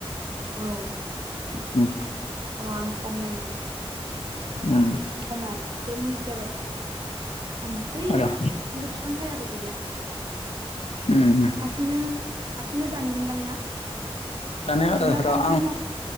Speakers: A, on the right; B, on the left.
A: औ <inaudible>
B: उम
A: र' आं सम नायनो
B: उम
A: ए समा जिसे मिनिट जाबाय। आं बैथिंबो
B: र'
A: बिफां सायाबो गैला <inaudible>
B: उम
A: हारसिंनो हारसिंनो दानगोनदां ना?
B: दानो
A: ओ
B: ओह
A: ना
B: र'
A: दानहोनाङा
B: आं